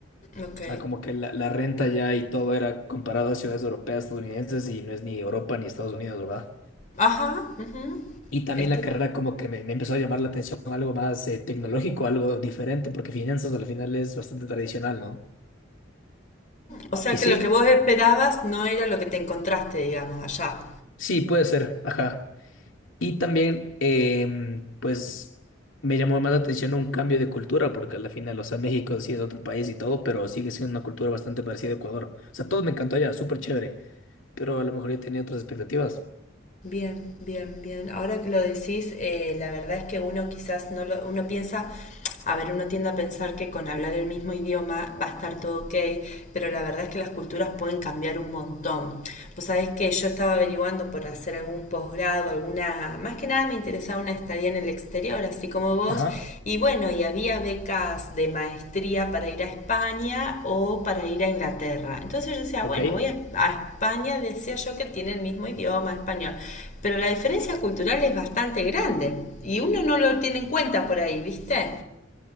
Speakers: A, on the left; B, on the left.
A: Ok.
B: O sea, como que la, la renta ya y todo era comparado a ciudades europeas, estadounidenses y no es ni Europa ni Estados Unidos, ¿verdad?
A: Ajá. ujú.
B: Y también
A: Este,
B: la carrera como que me, me empezó a llamar la atención algo más eh, tecnológico, algo diferente, porque finanzas al final es bastante tradicional, ¿no?
A: o sea
B: Y sí,
A: que lo que vos esperabas no era lo que te encontraste, digamos, allá.
B: sí, puede ser, ajá. Y también, em, pues, me llamó más la atención un cambio de cultura, porque al final, o sea, México sí es otro país y todo, pero sigue siendo una cultura bastante parecida a Ecuador. O sea, todo me encantó allá, súper chévere, pero a lo mejor yo tenía otras expectativas.
A: Bien, bien, bien. Ahora que lo decís, eh, la verdad es que uno quizás no lo, uno piensa, a ver, uno tiende a pensar que con hablar el mismo idioma va a estar todo ok, pero la verdad es que las culturas pueden cambiar un montón. Vos sabés que yo estaba averiguando por hacer algún posgrado, alguna, más que nada me interesaba una estaría en el exterior, así como vos.
B: Ajá,
A: Y bueno, y había becas de maestría para ir a España o para ir a Inglaterra. Entonces yo decía,
B: ok.
A: bueno, voy a, a España, decía yo que tiene el mismo idioma español, pero la diferencia cultural es bastante grande y uno no lo tiene en cuenta por ahí, ¿viste?